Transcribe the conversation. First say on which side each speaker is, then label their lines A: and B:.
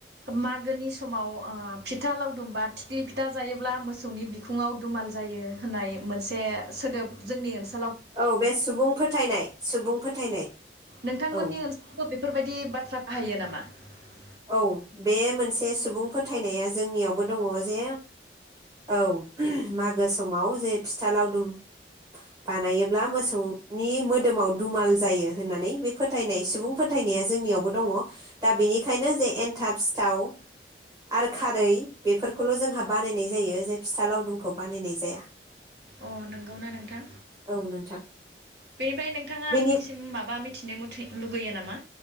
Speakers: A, on the right; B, on the right.
A: मागोनि समाव ओ फिथा लावदुमबा थिख्लि फिथा जायोब्ला मोसौनि बिखुङाव दुमाल जायो होननाय मोनसे सोदोब जोंनि ओनसोल
B: औ बे सुबुं फोथायनाय सुबुं फोथायनाय।
A: नोंथांमोननि
B: औ
A: ओनसोलावबो बेफोरबायदि बाथ्रा बाहायो नामा। बा।
B: औ बे मोनसे सुबुं फोथायनाया जोंनियावबो दङ जे औ मागो समाव जे फिथा लावदुम बानायोब्ला मोसौनि मोदोमाव दुमाल जायो होननानै बे फोथायनाय सुबुं फोथायनाया जोंनियावबो दङ दा बेनि बेखायनो जे एन्थाब सिथाव आरो खारै बेफोरखौल जोंहा बानायनाय जायो जे फिथा लावदुमखौ बानायनाय जाया।
A: अ नंगौ ना नोंथां
B: औ नोंथां
A: बेनिफ्राय नोंथाङा
B: बेनि
A: आंनिसिम माबा मिथिनो मथै लुगैयो नामा।